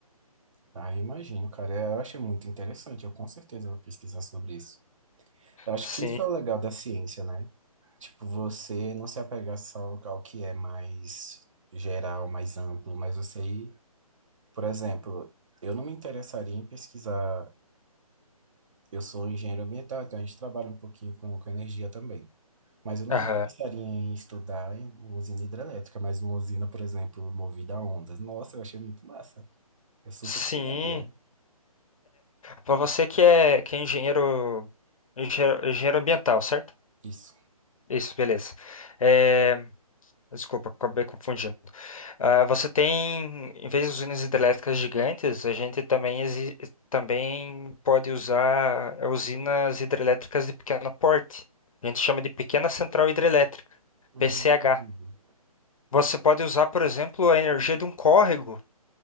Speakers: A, on the right; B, on the left.
A: Ah, eu imagino, cara. É, Eu achei muito interessante. Eu com certeza vou pesquisar sobre isso. Eu acho
B: Sim.
A: que isso é o legal da ciência, né? Tipo, você não se apegar só ao que é mais geral, mais amplo, mas você ir Por exemplo, eu não me interessaria em pesquisar. Eu sou engenheiro ambiental, então a gente trabalha um pouquinho com, com energia também. Mas eu não
B: aham.
A: me interessaria em estudar em usina hidrelétrica, mas uma usina, por exemplo, movida a ondas. Nossa, eu achei muito massa. Eu super
B: Sim.
A: estudaria
B: Para você que é, que é engenheiro, engenheiro, engenheiro ambiental, certo?
A: isso.
B: Isso, beleza. É, Desculpa, acabei confundindo. Ah, você tem, em vez de usinas hidrelétricas gigantes, a gente também, exi- também pode usar eh, usinas hidrelétricas de pequeno porte. A gente chama de pequena central hidrelétrica,
A: Hum,
B: PCH. Você pode usar, por exemplo, a energia de um córrego